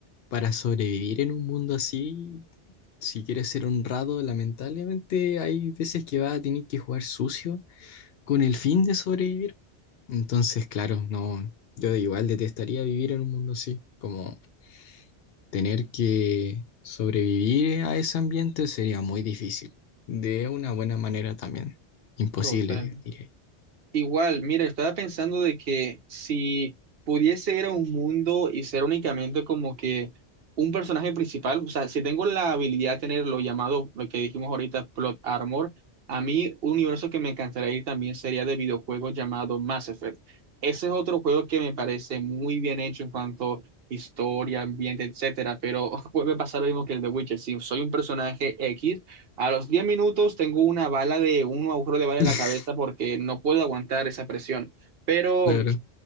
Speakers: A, on the left; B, on the right.
A: para sobrevivir en un mundo así, si quieres ser honrado, lamentablemente hay veces que vas a tener que jugar sucio con el fin de sobrevivir. Entonces, claro, no, yo igual detestaría vivir en un mundo así, como tener que sobrevivir a ese ambiente sería muy difícil. De una buena manera también, imposible,
B: Total.
A: diría.
B: Igual, mira, estaba pensando de que si pudiese ir a un mundo y ser únicamente como que un personaje principal, o sea, si tengo la habilidad de tener lo llamado, lo que dijimos ahorita, plot armor, a mí un universo que me encantaría ir también sería de videojuegos llamado Mass Effect. Ese es otro juego que me parece muy bien hecho en cuanto a historia, ambiente, etcétera, pero <laughs> vuelve a pasar lo mismo que el de Witcher. Si soy un personaje X, a los 10 minutos tengo una bala de un agujero de bala en
A: <laughs>
B: la cabeza porque no puedo aguantar esa presión. Pero
A: Claro,